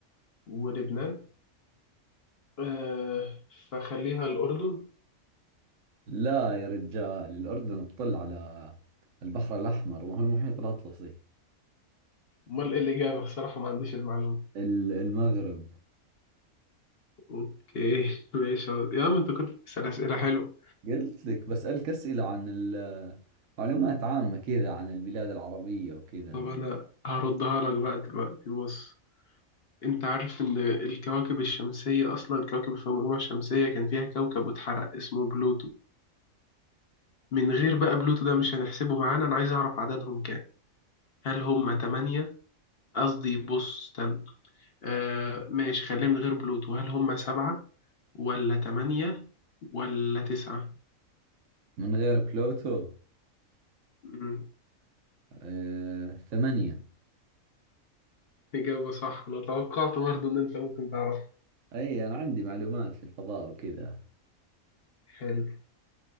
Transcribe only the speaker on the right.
لا يا رجال الأردن تطل على البحر الأحمر ما هو المحيط الأطلسي
ال- المغرب
قلت لك بسألك أسئلة عن ال- معلومات عامة كذا عن البلاد العربية وكذا
من غير بلوتو
آه، ثمانية
أي أنا عندي معلومات في الفضاء وكذا